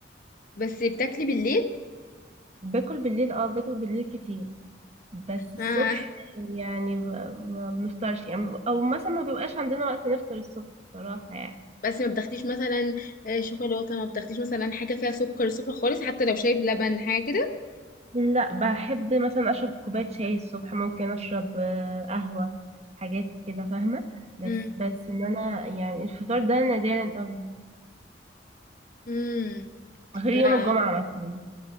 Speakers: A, on the left; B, on the right.
A: بس بتاكلي بالليل
B: باكل بالليل اه باكل بالليل كتير بس الصبح
A: آه.
B: يعني ما ما بنفطرش يعني او مثلا ما بيبقاش عندنا وقت نفطر الصبح بصراحة يعني
A: بس ما بتاخديش مثلا آه، شوكولاته ما بتاخديش مثلا حاجه فيها سكر صفر خالص حتى لو شاي بلبن حاجه كده
B: لا بحب مثلا اشرب كوباية شاي الصبح ممكن اشرب آه، قهوة حاجات كده فاهمة بس
A: امم
B: بس ان انا يعني الفطار ده نادرا قوي
A: امم
B: غير يوم
A: لا
B: الجمعة مثلا